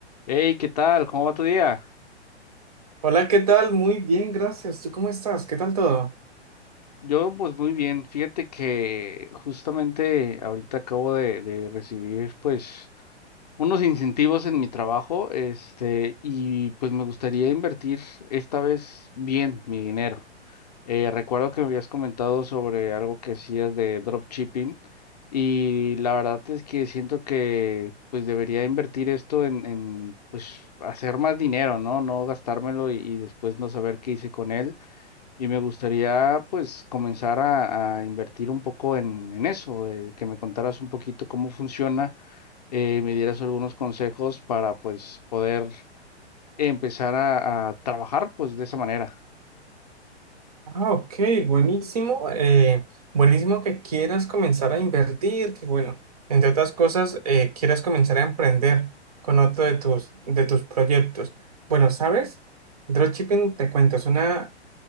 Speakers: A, on the left (about 35°); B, on the right (about 35°).
A: Hey, ¿qué tal? ¿Cómo va tu día?
B: Hola, ¿qué tal? Muy bien, gracias. ¿Tú cómo estás? ¿Qué tal todo?
A: Yo, pues muy bien. Fíjate que justamente ahorita acabo de, de recibir, pues, unos incentivos en mi trabajo, este, y pues me gustaría invertir esta vez bien mi dinero. Eh, recuerdo que me habías comentado sobre algo que hacías de dropshipping y la verdad es que siento que, pues, debería invertir esto en, en pues, hacer más dinero, ¿no? No gastármelo y y después no saber qué hice con él. Y me gustaría pues comenzar a, a invertir un poco en, en eso, eh, que me contaras un poquito cómo funciona, eh, me dieras algunos consejos para pues poder empezar a, a trabajar pues de esa manera.
B: Ah, ok, buenísimo. eh, buenísimo que quieras comenzar a invertir, que bueno, entre otras cosas, eh, quieras comenzar a emprender con otro de tus, de tus proyectos. Bueno, ¿sabes? Dropshipping, te cuento, es una